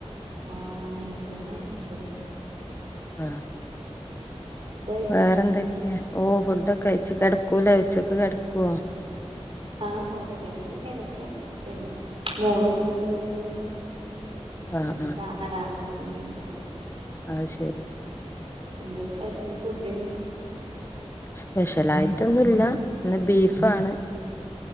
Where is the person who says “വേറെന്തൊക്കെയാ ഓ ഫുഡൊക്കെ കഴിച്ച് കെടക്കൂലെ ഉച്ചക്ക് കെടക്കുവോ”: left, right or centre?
Left